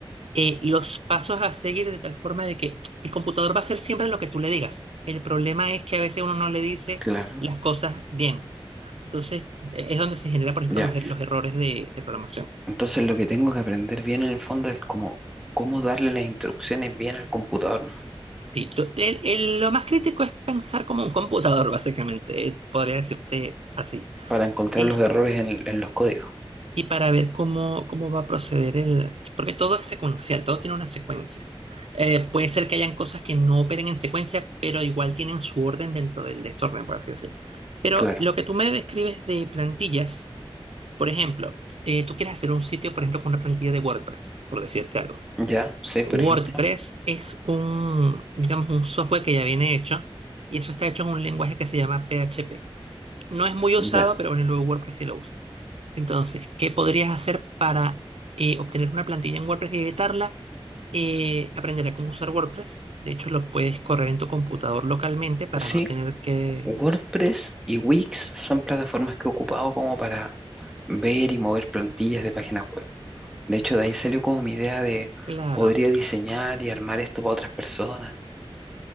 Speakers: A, on the right (about 85°); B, in the centre.
A: eh, los pasos a seguir de tal forma de que el computador va a hacer siempre lo que tú le digas. El problema es que a veces uno no le dice
B: Claro,
A: las cosas bien. Entonces, eh, es donde se genera, por ejemplo,
B: ya.
A: los, er- los errores de de programación.
B: Entonces lo que tengo que aprender bien en el fondo es como cómo darle las instrucciones bien al computador
A: Sí, tú- el- el- lo más crítico es pensar como un computador, <laughs> básicamente, eh, podría decirte así.
B: para encontrar
A: Es-
B: los errores en, en los códigos.
A: y para ver cómo, cómo va a proceder el... Porque todo es secuencial, todo tiene una secuencia. Eh, puede ser que hayan cosas que no operen en secuencia, pero igual tienen su orden dentro del desorden, por así decirlo. Pero
B: Claro,
A: lo que tú me describes de plantillas, por ejemplo, eh, tú quieres hacer un sitio, por ejemplo, con una plantilla de WordPress, por decirte algo.
B: ya, sí, por
A: WordPress
B: ejemplo,
A: es un, digamos, un software que ya viene hecho y eso está hecho en un lenguaje que se llama PHP. No es muy usado,
B: ya.
A: pero bueno, luego WordPress sí lo usa. Entonces, ¿qué podrías hacer para eh, obtener una plantilla en WordPress y editarla? Eh, aprender a cómo usar WordPress. De hecho, lo puedes correr en tu computador localmente para
B: Sí,
A: no tener que...
B: WordPress y Wix son plataformas que he ocupado como para ver y mover plantillas de páginas web. De hecho, de ahí salió como mi idea de
A: Claro,
B: podría diseñar y armar esto para otras personas.